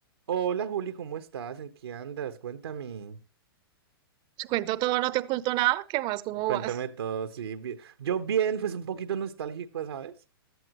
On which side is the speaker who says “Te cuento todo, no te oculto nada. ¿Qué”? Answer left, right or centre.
Right